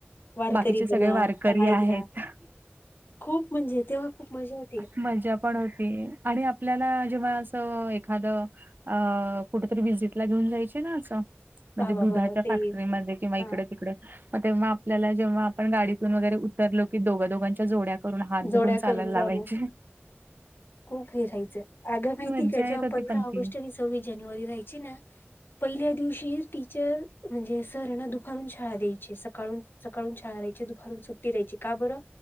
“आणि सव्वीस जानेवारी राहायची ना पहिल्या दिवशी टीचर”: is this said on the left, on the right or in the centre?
Left